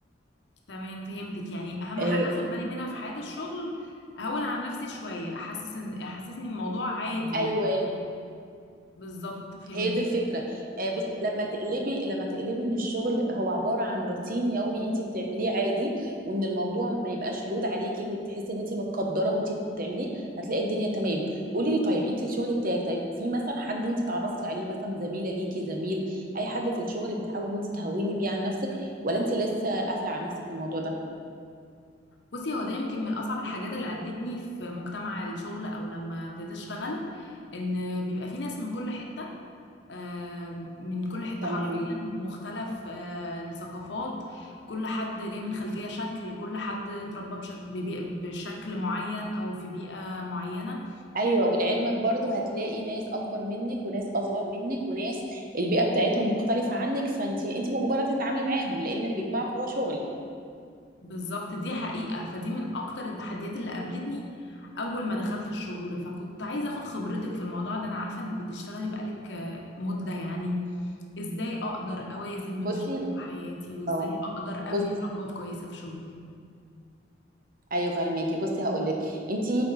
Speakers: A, on the left (about 75°); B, on the right (about 55°).
A: تمام فهمتك يعني اهم
B: آه،
A: حاجه اخد بالي منها في حياه الشغل اهون على نفسي شويه احسس ان احسسني الموضوع عادي
B: ايوه
A: يعني بالظبط فهمت
B: هي دي الفكره آه بس لما تقلبي لما تقلبي ان الشغل هو عباره عن روتين يومي انت بتعمليه عادي وان الموضوع ما يبقاش لود عليكي وتحسي ان انت متقدره وانت بتعمليه هتلاقي الدنيا تمام قولي لي طيب انت الشغل بتاعك طيب في مثلا حد انت اتعرفتي عليه مثلا زميله ليكي زميل اي حد في الشغل بتحاولي ان انت تهوني بيه عن نفسك ولا انت لسه قافله على نفسك في الموضوع ده
A: بصي هو ده يمكن من اصعب الحاجات اللي قابلتني في مجتمع الشغل او لما ابتديت اشتغل ان بيبقى في ناس من كل حته آه، من كل حتة
B: تمام
A: حرفيا مختلف آه، الثقافات كل حد جاي من خلفية شكل كل حد اتربى بشك- ببيئة- بشكل معين أو في بيئة معينة
B: ايوه ولعلمك برضو هتلاقي ناس اكبر منك وناس اصغر منك وناس البيئه بتاعتهم مختلفه عنك فانت انت مجبره تتعاملي معاهم لان اللي بيجمعك هو شغل
A: بالظبط دي حقيقة فدي من أكتر التحديات اللي قابلتني أول ما دخلت الشغل فكنت عايزة أخد خبرتك في الموضوع ده أنا عارفة إنك بتشتغلي بقالك آه، مدة يعني إزاي أقدر أوازن
B: بصي
A: بين الشغل وحياتي وإزاي
B: اه
A: أقدر
B: بص
A: أبني علاقات كويسة في شغلي
B: ايوه فاهماكي بصي هقول لك انت